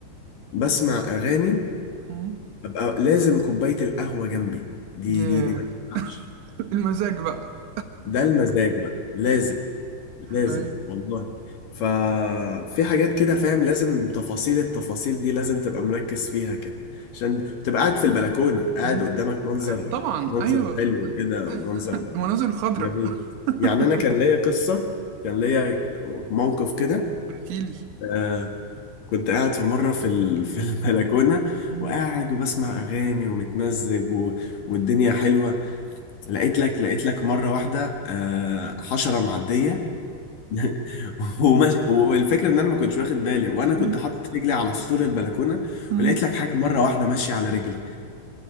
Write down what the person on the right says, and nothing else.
مم.
ياه
<laughs> المزاج بقى
ايوه
مم.
طبعا
ايوه
المناظر الخضراء
<laughs>
احكي لي
مم.
أيوة.
مم.